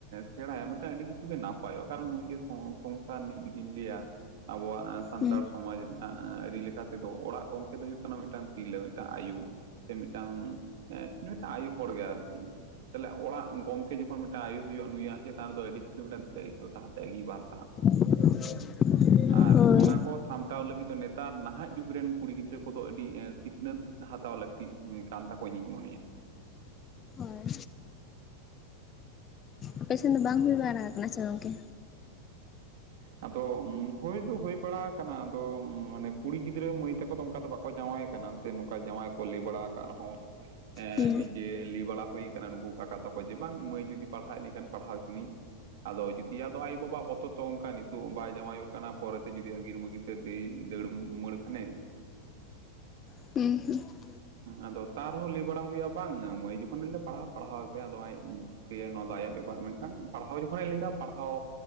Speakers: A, on the right (about 55°); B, on the left (about 25°).
A: ᱥᱮᱬᱟᱭᱟ ᱢᱤᱫᱴᱟᱱ ᱟᱹᱰᱤ ᱠᱤᱪᱷᱩ ᱜᱮ ᱱᱟᱯᱟᱭᱚᱜ, ᱠᱟᱨᱚᱱ ᱱᱩᱭᱜᱮ ᱥᱚᱝᱥᱟᱨ ᱨᱤᱱᱤᱡ ᱡᱩᱫᱤᱢ ᱞᱟᱹᱭᱟ ᱟᱵᱚᱣᱟᱜ ᱥᱟᱱᱛᱟᱲ
B: ᱦᱮᱸ
A: ᱥᱚᱢᱟᱡᱽ ᱨᱮᱱᱟᱜ ᱟᱹᱨᱤ ᱞᱮᱠᱟ ᱛᱮᱫᱚ, ᱚᱲᱟᱜ ᱜᱚᱝᱠᱮ ᱫᱚ ᱦᱩᱭᱩᱜ ᱠᱟᱱᱟ ᱢᱤᱫᱴᱟᱝ ᱛᱤᱨᱞᱟᱹ᱾ ᱴᱟᱜ ᱟᱭᱩ ᱥᱮ ᱢᱤᱫᱴᱟᱝ, ᱢᱤᱫᱴᱟᱝ ᱟᱭᱳ ᱦᱚᱲ ᱜᱮ ᱟᱨᱠᱤ᱾ ᱛᱟᱦᱚᱞᱮ ᱚᱲᱟᱜ ᱜᱚᱢᱠᱮ ᱡᱚᱠᱷᱚᱱ ᱢᱤᱫᱴᱟᱝ ᱟᱭᱳ ᱦᱩᱭᱩᱜᱼᱟ ᱱᱩᱭᱟᱜ ᱪᱮᱛᱟᱱ ᱨᱮᱫᱚ ᱟᱹᱰᱤ ᱠᱤᱪᱷᱩ ᱢᱤᱫᱴᱟᱝ ᱫᱟᱭᱤᱛᱛᱚ ᱛᱟᱦᱮᱸᱱ ᱛᱟᱭ ᱟᱜᱤᱵᱟᱨ ᱛᱟᱦᱮᱸᱱ ᱛᱟᱭᱟ᱾
B: <inaudible>
A: ᱟᱨ
B: ᱦᱳᱭ
A: ᱚᱱᱟ ᱠᱚ ᱥᱟᱢᱴᱟᱣ ᱞᱟᱹᱜᱤᱫ ᱫᱚ ᱱᱮᱛᱟᱨ ᱱᱟᱦᱟᱜ ᱡᱩᱜᱽ ᱨᱮᱱ ᱠᱩᱲᱤ ᱜᱤᱫᱽᱨᱟᱹ ᱠᱚᱫᱚ ᱟᱹᱰᱤ ᱥᱤᱠᱷᱱᱟᱹᱛ ᱦᱟᱛᱟᱣ ᱞᱟᱹᱠᱛᱤᱜ ᱠᱟᱱ ᱛᱟᱠᱚᱣᱟ ᱤᱧᱤᱧ ᱢᱚᱱᱮᱭᱟ᱾
B: ᱦᱚᱭ ᱟᱯᱮ ᱥᱮᱱ ᱫᱚ ᱵᱟᱝ ᱦᱩᱭ ᱵᱟᱲᱟ ᱠᱟᱱᱟ ᱥᱮ ᱜᱚᱝᱠᱮ
A: ᱟᱫᱚ ᱦᱳᱭ ᱫᱚ ᱦᱳᱭ ᱵᱟᱲᱟ ᱠᱟᱱᱟ ᱟᱫᱚ ᱢᱟᱱᱮ ᱠᱩᱲᱤ ᱜᱤᱫᱽᱨᱟᱹ ᱢᱟᱹᱭ ᱛᱟᱠᱚ ᱫᱚ ᱚᱱᱠᱟ ᱫᱚ ᱵᱟᱠᱚ ᱡᱟᱶᱟᱭ ᱠᱟᱱᱟ ᱥᱮ ᱱᱚᱝᱠᱟ ᱡᱟᱶᱟᱭ ᱠᱚ ᱞᱟᱹᱭ ᱵᱟᱲᱟ ᱠᱟᱜ ᱨᱮᱦᱚᱸ
B: ᱦᱮᱸ
A: ᱱᱤᱡᱮ ᱞᱮ ᱵᱟᱲᱟ ᱦᱳᱭ ᱠᱟᱱᱟ ᱱᱩᱠᱩ <inaudible> ᱛᱟᱠᱚ ᱡᱮ ᱵᱟᱝ ᱢᱟᱹᱭ ᱡᱩᱫᱤ ᱯᱟᱲᱦᱟᱣᱮᱫ ᱞᱮᱠᱷᱟᱱ ᱯᱟᱲᱦᱟᱣ ᱪᱩᱱᱤᱡ ᱟᱫᱚ ᱡᱩᱫᱤ ᱟᱫᱚ ᱟᱡ ᱟᱭᱳ ᱵᱟᱵᱟ ᱟᱜ ᱵᱚᱛᱚ ᱚᱝᱠᱟ ᱜᱮ᱾ ᱛᱚᱜ ᱵᱟᱭ ᱡᱟᱶᱟᱭᱚᱜ ᱠᱟᱱᱟ ᱯᱚᱨᱮᱛᱮ ᱡᱩᱫᱤ ᱟᱜᱤᱨ ᱢᱟᱹᱜᱤᱨ ᱛᱮ ᱫᱟᱹᱭ ᱫᱟᱹᱲ ᱢᱟᱹᱲ ᱠᱷᱟᱱᱮ
B: <unintelligible>
A: ᱟᱫᱚ ᱛᱟ ᱨᱮᱦᱚᱸ ᱞᱟᱹᱭ ᱵᱟᱲᱟ ᱦᱳᱭᱳᱜᱼᱟ ᱵᱟᱝ ᱢᱟᱹᱭ ᱡᱚᱠᱷᱚᱱᱮ ᱞᱮᱫᱟ ᱯᱟᱲᱦᱟᱣ ᱯᱟᱲᱦᱟᱣ ᱮᱯᱮ ᱟᱫᱚ ᱟᱡ ᱱᱚᱣᱟ ᱫᱚ ᱟᱭᱟᱜ ᱵᱮᱯᱟᱨ ᱢᱮᱱᱠᱷᱟᱱ ᱯᱟᱲᱦᱟᱣ ᱡᱚᱠᱷᱚᱱᱮ ᱞᱮᱫᱟ ᱯᱟᱲᱦᱟᱣ